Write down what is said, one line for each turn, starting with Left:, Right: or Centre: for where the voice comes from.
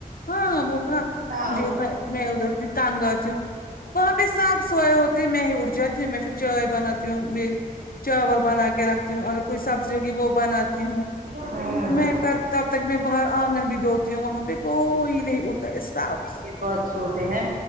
Left: ہاں ہاں وہ کہا
Right: نہ
Left: مجھے
Right: وہ
Left: ہوتا ہے میں ادھر سے تنگ آ جاؤں وہاں پے سب سوئے ہوتے میں ہی اٹھ جاتی ہوں میں پھر چائے بناتی ہوں چاول بنا کے رکھتی ہوں اگر کوئی سبزی ہوگی وہ بناتی ہوں
Right: ہاں
Left: میں کر تب تک میں باہر آنگن بھی دھوتی ہوں وہاں پے کوئی نہیں اٹتا ایسبس
Right: بات سوتے ہیں